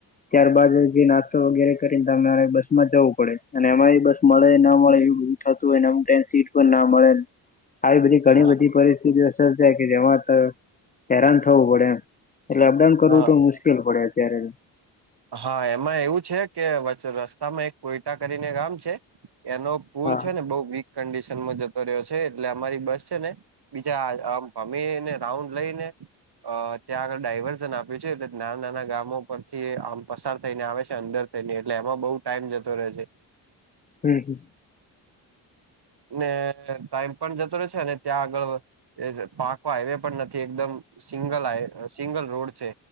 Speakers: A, on the left; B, on the right.
A: ત્યારબાદ જે નાસ્તો વગેરે કરીને તમારે બસ માં જવું પડે અને એમાય. બસ મળે ના મળે એવું બધું થતું હોય ને અમુક ટાઈમે સીટ પણ ના મળેન. આવી બધી ઘણી
B: હા.
A: બધી પરિસ્થિતિઓ સર્જાય કે જેમાં હેરાન થવું પડે એમ. એટલે અપડાઉન કરવું
B: હા
A: તો મુશ્કેલ પડે અત્યારે.
B: હા એમાં એવું છે કે વચ રસ્તામાં એક કોયટા કરીને ગામ છે એનો પુલ
A: હા
B: છે ને બઉ વીક કન્ડિશનમાં જતો રહ્યો છે એટલે અમારી બસ છે ને. બીજા આમ ભમીને રાઉન્ડ લઈ ને. અ ત્યાં આગળ ડાયવર્સન આપ્યું છે એટલે નાના નાના ગામો પરથી આમ. પસાર થઈ ને આવે છે અંદર થઈને એટલે એમાં બઉ ટાઈમ જતો રહે છે.
A: હમ્મ હ.
B: ને ટાઈમ પણ જતો રેશે ને ત્યાં આગળ. એજ પાકો હાઈવે પણ નથી એકદમ સિંગલ હાઈ સિંગલ રોડ છે.